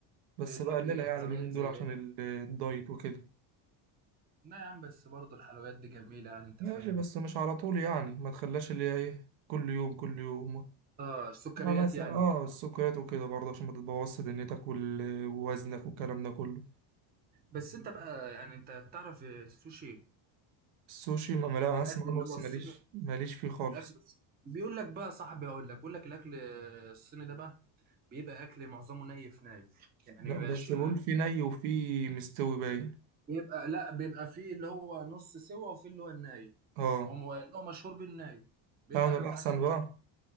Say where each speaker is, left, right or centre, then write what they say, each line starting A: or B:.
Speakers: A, on the right; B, on the right.
A: بس
B: بتحب
A: بقللها يعني
B: حلويات
A: اليومين
B: زي
A: دول عشان
B: ايه
A: ال- الدايت وكده
B: لا يا عم بس برضه الحلويات دي جميله يعني انت
A: ماشي
B: فاهم
A: بس مش على طول يعني ما تخليهاش اللي هي ايه كل يوم كل يوم
B: اه السكريات
A: آه مثلا
B: يعني
A: اه
B: وكده
A: السكريات وكده برضه عشان ما تبوظش دنيتك وال- ووزنك والكلام ده كله
B: بس انت بقى يعني انت تعرف السوشي
A: السوشي ما لا
B: الاكل
A: اسمع عنه
B: اللي
A: بس
B: هو الصيني
A: ماليش ماليش فيه خالص
B: الاكل الص- بيقول لك بقى صاحبي هقول لك بيقول لك الاكل الصيني ده بقى بيبقى اكل معظمه نيف نايف يعني
A: لا
B: مبيبقاش
A: بس بقول في ني وفي مستوي باين
B: يبقى لا بيبقى فيه اللي هو نص سوا وفيه اللي هو الناي
A: اه
B: هو م- اللي هو مشهور بالناي بيبقى
A: انا الاحسن
B: بتاع كده
A: بقى